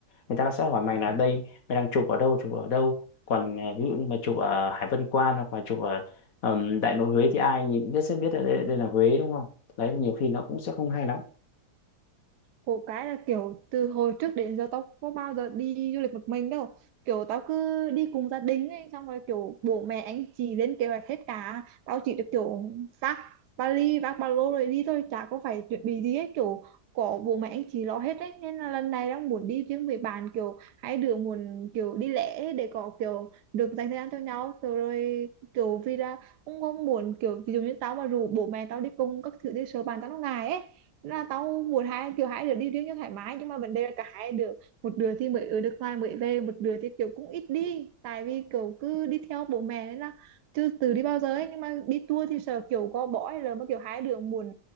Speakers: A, on the left; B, on the right.
A: người ta sẽ hỏi mày là đây mày đang chụp ở đâu chụp ở đâu còn à, ví dụ như mà chụp ở Hải Vân Quan hoặc là chụp ở ừm, Đại Nội Huế thì ai nhìn biết sẽ biết là đây, đây là Huế đúng không đấy nhiều khi nó cũng sẽ không hay lắm
B: khổ cái là kiểu từ hồi trước đến giờ tao có bao giờ đi du lịch một mình đâu kiểu tao cứ đi cùng gia đình ấy xong rồi kiểu bố mẹ anh chị lên kế hoạch hết cả tao chỉ được kiểu vác vali vác ba lô rồi đi thôi chả có phải chuẩn bị gì hết kiểu có bố mẹ anh chị lo hết đấy nên là lần này đang muốn đi riêng với bạn kiểu hai đứa muốn kiểu đi lẻ ấy để có kiểu được dành thời gian cho nhau kiểu rồi kiểu vì là cũng không muốn kiểu ví dụ như tao mà rủ bố mẹ tao đi cùng các thứ đi sợ bạn tao nó ngại ấy là tao muốn hai kiểu hai đứa đi riêng cho thoải mái nhưng mà vấn đề là cả hai đứa một đứa thì mới ở nước ngoài mới về một đứa thì kiểu cũng ít đi tại vì kiểu cứ đi theo bố mẹ nên là chưa từ đi bao giờ ấy nhưng mà đi tour thì sợ kiểu có bỏ hay là mà kiểu hai đứa muốn